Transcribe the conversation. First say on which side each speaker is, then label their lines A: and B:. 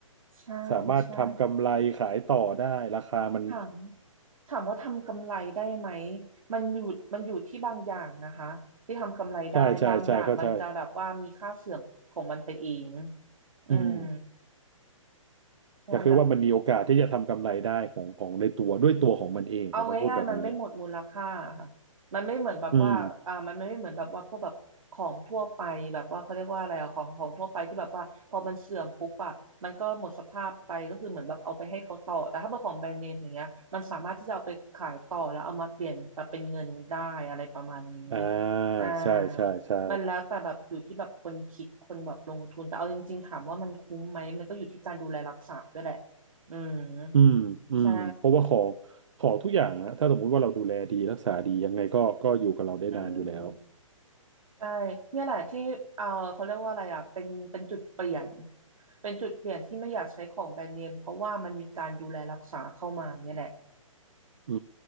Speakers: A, on the right; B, on the right.
A: ใช่ใช่
B: สามารถทำกำไรขายต่อได้ราคามัน
A: ถาม ถามว่าทำกำไรได้ไหมมันอยู่มันอยู่ที่บางอย่างนะคะที่ทำกำไรได้บางอย่างมันจะแบบว่ามีค่าเสื่อมของมันไปเอง
B: ใช่ใช่ใช่เข้าใจ
A: อืม
B: อืม
A: ใช่แต่
B: แต่คือว่ามันมีโอกาสที่จะทำกำไรได้ของของในตัวด้วยตัวของมันเองผมต้องพูดแบบนี้
A: เอาง่ายๆมันไม่หมดมูลค่าค่ะมันไม่เหมือนแบบว่าอ่า
B: อืม
A: มันไม่เหมือนแบบว่าพวกแบบของทั่วไปแบบว่าเขาเรียกว่าอะไรอะของของทั่วไปที่แบบว่าพอมันเสื่อมปุ๊บอะมันก็หมดสภาพไปก็คือเหมือนแบบเอาไปให้เขาต่อแต่ถ้าเป็นของแบรนด์เนมอย่างเงี้ยมันสามารถที่จะเอาไปขายต่อแล้วเอามาเปลี่ยนมาเป็นเงินได้อะไรประมาณนี้
B: อ่า
A: อ่า
B: ใช่ใช่ใช่
A: มันแล้วแต่แบบอยู่ที่แบบคนคิดคนแบบลงทุน แต่เอาจริงๆถามว่ามันคุ้มไหมมันก็อยู่ที่การดูแลรักษาด้วยแหละอืม
B: อืมอืมเพราะว่าของ
A: ใช่
B: ของทุกอย่างฮะถ้าสมมุติว่าเราดูแลดีรักษาดียังไงก็ก็อยู่กับเราได้นานอยู่แล้ว
A: อืม ใช่เนี่ยแหละที่เออเขาเรียกว่าอะไรอ่ะเป็นเป็นจุดเปลี่ยนเป็นจุดเปลี่ยนที่ไม่อยากใช้ของแบรนด์เนมเพราะว่ามันมีการดูแลรักษาเข้ามาเนี่ยแหละ
B: อื